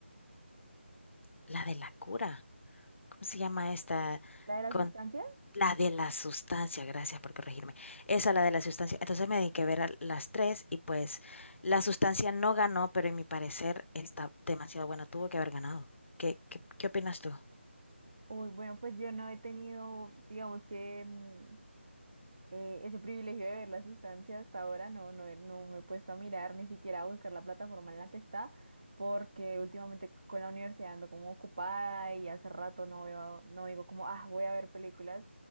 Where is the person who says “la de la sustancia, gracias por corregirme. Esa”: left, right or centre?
Left